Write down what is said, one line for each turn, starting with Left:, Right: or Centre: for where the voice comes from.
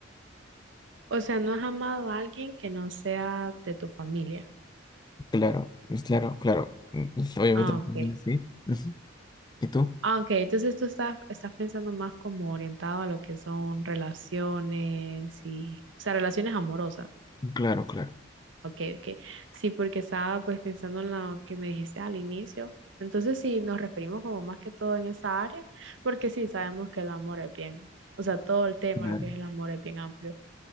Right: O sea, no has amado a alguien que no sea de tu familia.
Left: Claro, claro, claro. Mm, Obviamente
Right: Ah,
Left: también
Right: ok.
Left: así. Ujú. ¿Y tú?
Right: Ah, ok. Entonces tú estás, estás pensando más como orientado a lo que son relaciones y, o sea, relaciones amorosas.
Left: Claro, claro.
Right: Ok, ok. Sí, porque estaba pues pensando en lo que me dijiste al inicio. Entonces, sí, nos referimos como más que todo en esa área, porque sí sabemos que el amor es bien, o sea, todo el tema,
Left: Claro.
Right: lo que es el amor es bien amplio.